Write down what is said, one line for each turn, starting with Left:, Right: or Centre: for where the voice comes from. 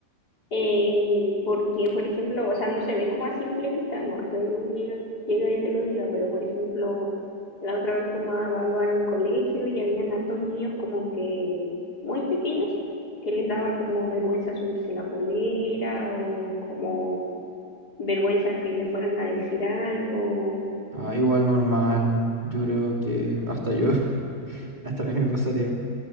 Left: Eh, porque, por ejemplo, o sea, no se ve como a simple vista, no es que un niño llega y te lo diga, pero por ejemplo, la otra vez fuimos a evaluar a un colegio y habían hartos niños como que muy pequeños que les daba como vergüenza subirse la polera o como vergüenza que le fueran a decir algo,
Right: Ah, igual normal. Yo creo que hasta yo, <laughs> hasta a mí me pasaría.